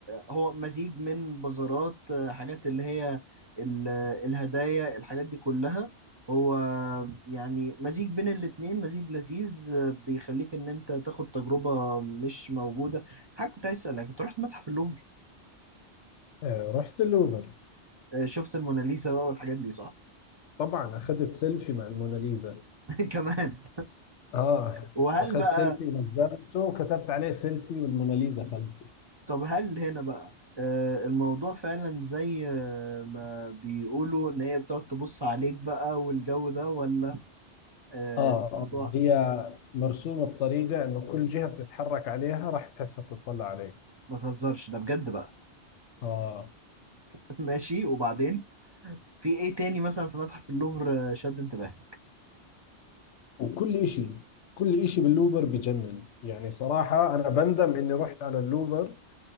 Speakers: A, on the right; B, on the left.
A: آه، هو مزيج من بازارات آه، حاجات اللي هي ال- الهدايا الحاجات دي كلها هو يعني مزيج بين الاتنين مزيج لذيذ آه، بيخليك ان انت تاخد تجربة مش موجودة حاجة كنت عايز اسألك انت رحت متحف اللوفر
B: آه رحت اللوفر
A: آه، شفت الموناليزا بقى والحاجات دي صح؟
B: طبعا أخذت سيلفي مع الموناليزا
A: <laughs> كمان
B: آه
A: وهل
B: أخذت
A: بقى
B: سيلفي نزلته وكتبت عليه سيلفي والموناليزا خلفي
A: طب هل هنا بقى آه، الموضوع فعلا زي آه، ما بيقولوا ان هي بتقعد تبص عليك بقى والجو ده ولا آه،
B: آه آه
A: الموضوع
B: هي مرسومة بطريقة إنه كل جهة بتتحرك عليها راح تحسها بتطلع عليك
A: ما تهزرش ده بجد بقى
B: آه
A: <laughs> ماشي وبعدين في ايه تاني مثلا في متحف اللوفر آه، شد انتباهك
B: وكل إشي كل إشي باللوفر بجنن يعني صراحة أنا بندم إني رحت على اللوفر